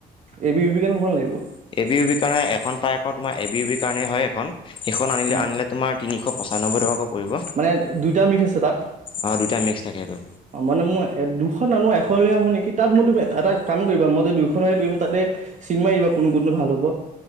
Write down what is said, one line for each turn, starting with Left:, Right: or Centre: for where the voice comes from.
Right: এ বি বিবি কাৰণে কোন খন লাগিব?
Left: এ বি বিপি কাৰণে এখন পাই আক তোমাৰ এ বি ইউ বিৰ কাৰণ হয় এখন সেইখন আনিলে
Right: অ'
Left: আনিলে তোমাৰ তিনিশ পঁচানব্বৈ টকাকৈ পৰিব
Right: মানে দুইটা মিক্স আছে তাত
Left: অ দুটা মিক্স থাকে সেইটো
Right: অ মানে মই এ দুখন নানো এখনই আনো নেকি তাত মই তুমি এটা কাম কৰিবা মই যদি দুইখনে তুমি তাতে চিন মাৰি দিবা কোনটো কোনটো ভাল হ'ব।